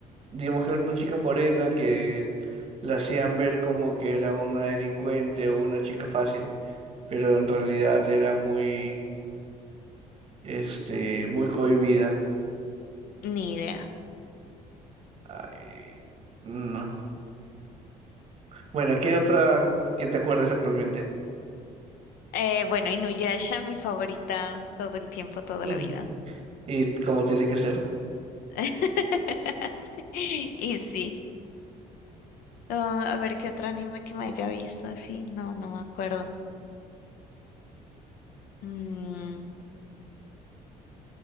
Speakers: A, on the right; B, on the left.
A: digamos que era una chica morena que la hacían ver como que era una delincuente o una chica fácil, pero en realidad era muy, este, muy cohibida.
B: Ni idea.
A: Ay, no. Bueno, ¿qué otra que te acuerdes actualmente?
B: Eh, bueno, Inuyasha, mi favorita todo el tiempo, toda
A: Mm,
B: la vida.
A: ¿Y cómo tiene que ser?
B: <laughs> Y sí. Ah, a ver qué otro anime que me haya visto así. No, no me acuerdo. Mm,